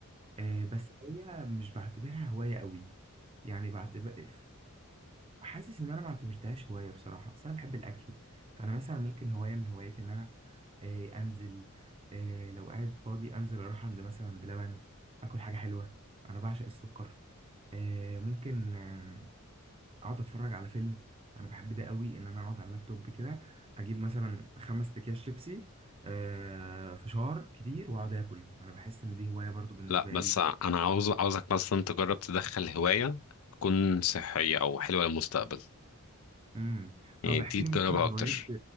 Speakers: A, on the right (about 25°); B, on the left (about 70°).
A: آه، بس هي مش بعتبرها هواية قوي يعني بعتبر حاسس ان انا ما اعتبرتهاش هوايه بصراحه بس انا بحب الاكل فانا مثلا ممكن هوايه من هواياتي ان انا آه، انزل آه، لو قاعد فاضي انزل اروح عند مثلا بلبن اكل حاجه حلوه انا بعشق السكر آه، ممكن آه، اقعد اتفرج على فيلم انا بحب ده قوي ان انا اقعد على اللابتوب كده اجيب مثلا خمس اكياس شيبسي آه، فشار كتير واقعد اكل انا بحس ان دي هوايه برضو بالنسبه
B: لا بس
A: لي
B: انا عاوز عاوزك مثلا تجرب تدخل هواية تكون صحية او حلوة للمستقبل
A: امم
B: يعني
A: طب
B: دي
A: احكي
B: تجربها
A: لي مثلا عن
B: اكتر
A: هوايات